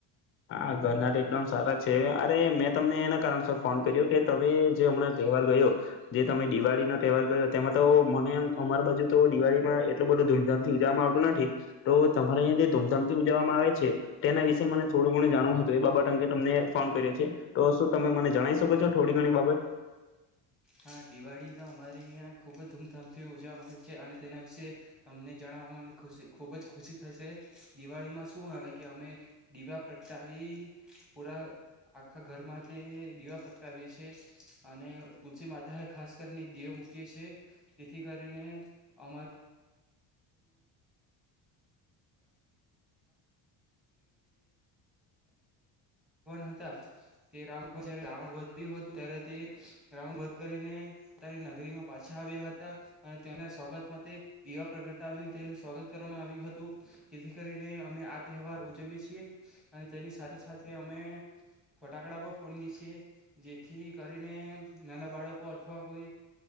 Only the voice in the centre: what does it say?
હા દિવાળી તો અમારે અહીંયા ખૂબ જ ધૂમધામથી ઉજવવાવામાં આવે છે અને તેના વિશે તમને જણાવવામાં ખુશી ખૂબ જ ખુશી થશે. દિવાળીમાં શું આવે કે અમે દીવા પ્રગટાવી પૂરા આખા ઘરમાં તે દીવા પ્રગટાવીએ છીએ અને તુલસી માતા એ ખાસ કરીને એક દીવો મૂકીયે છે જેથી કરીને અમાર <unintelligible> હતા તે જ રાવણનું વધ થયું હતું ત્યારે તે રાવણ વધ કરીને તેની નગરીમાં પાછા આવ્યા હતા અને તેના સ્વાગતમાં તે દિવા પ્રગટાવીને તેનું સ્વાગત કરવામાં આવ્યું હતું. જેથી કરીને અમે આ તહેવાર ઉજવીએ છીએ અને તેની સાથે સાથે અમે ફટાકડા પણ ફોડીંએ છીએ જેથી કરીને નાના બાળકો અથવા કોઈ